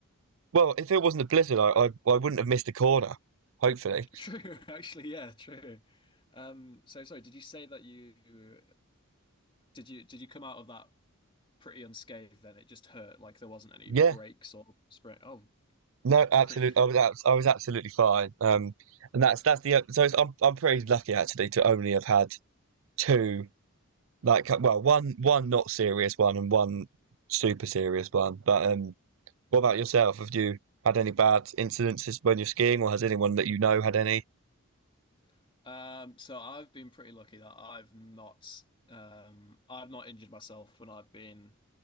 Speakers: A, on the right; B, on the left.
A: Well, if it wasn't a blizzard, I I, I wouldn't have missed a corner. Hopefully,
B: <laughs> True, actually, yeah, true. Um so sorry, did you say that you did you did you come out of that pretty unscathed then it just hurt like there wasn't any
A: <laughs> yeah.
B: breaks or sprain oh
A: No, absolutely.
B: pretty
A: I was abs- I was absolutely fine. Um, and that's that's the so it's, I'm I'm pretty lucky actually to only have had two like well one one not serious one and one super serious one. But um, what about yourself? Have you had any bad incidences when you're skiing, or has anyone that you know had any?
B: <laughs> um so I've been pretty lucky that I've not um I've not injured myself when I've been